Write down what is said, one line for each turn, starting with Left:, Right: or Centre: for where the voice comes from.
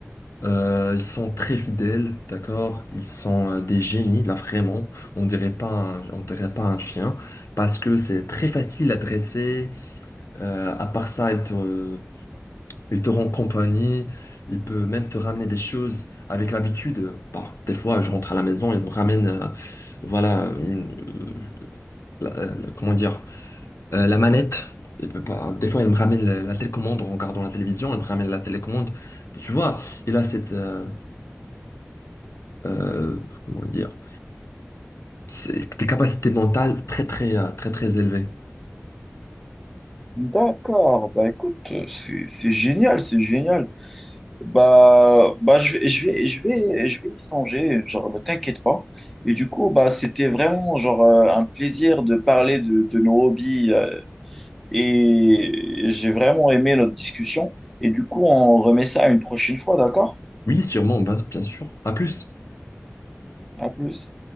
Left: Euh, ils sont très fidèles, d'accord? Ils sont euh, des génies, là vraiment. On dirait pas un, on dirait pas un chien parce que c'est très facile à dresser. Euh, à part ça, il te, il te rend compagnie. Il peut même te ramener des choses avec l'habitude. euh, Bah, des fois, je rentre à la maison, il me ramène, euh, voilà, une, euh, la- la- comment dire, euh, la manette. Il peut pas- des fois, il me ramène la, la télécommande en regardant la télévision. Il me ramène la télécommande. Tu vois, il a cette euh, euh, comment dire, c'est- tes capacités mentales très très euh, très très élevées.
Centre: D'accord, bah écoute, c'est, c'est génial, c'est génial. Bah, bah je, vais- je vais, je vais, je vais y songer, genre, ne t'inquiète pas. Et du coup, bah, c'était vraiment, genre, euh, un plaisir de parler de, de nos hobbies, euh, et j'ai vraiment aimé notre discussion. Et du coup, on remet ça une prochaine fois, d'accord?
Left: Oui, sûrement, ben, bien sûr. À plus.
Centre: À plus.